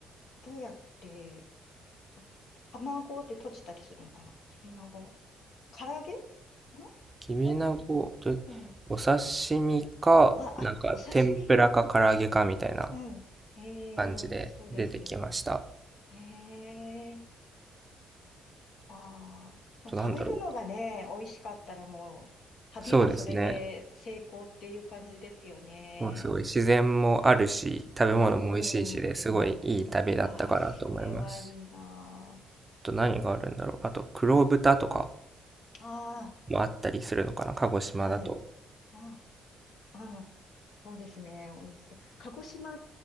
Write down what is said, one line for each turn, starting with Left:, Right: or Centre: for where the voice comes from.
Left: どうやって、あ卵で閉じたりするのかなきびなご。唐揚げのどうやって、
Right: きびなごと、
Left: うん。
Right: お刺身か、
Left: わ、
Right: なんか天ぷらか唐揚げかみたいな
Left: あ、お刺身。うん。ええ、
Right: 感じで出てきました。
Left: 美味しそうです。
Right: あ
Left: ええああ、まあ、
Right: となんだろう。
Left: 食べるのがね、美味しかったらもう、旅はそれで成功っていう感じですよね。
Right: そうですね。もうすごい自然もあるし、食べ物も美味しいしで、
Left: うーん。
Right: すごいいい旅だったかなと思います。
Left: ああ、それはいいな
Right: あと何があるんだろう。あと黒豚とか
Left: あ。あ
Right: もあったりするのかな、鹿児島だと。
Left: あ、はい。ああ、あそうですね。美味しそう。鹿児島、